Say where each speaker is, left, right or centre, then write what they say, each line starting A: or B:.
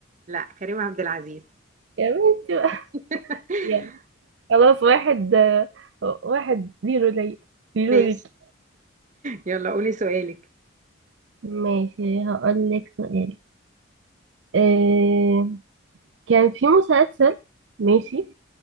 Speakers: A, on the right (about 40°); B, on the right (about 65°).
A: لا كريم عبد العزيز
B: يا بنتي بقى.
A: <laughs>
B: يعني خلاص واحد آه، واحد زيرو ليا زيرو
A: ماشي
B: ليك
A: يلا قولي سؤالك
B: ماشي هقول لك سؤال آه كان في مسلسل ماشي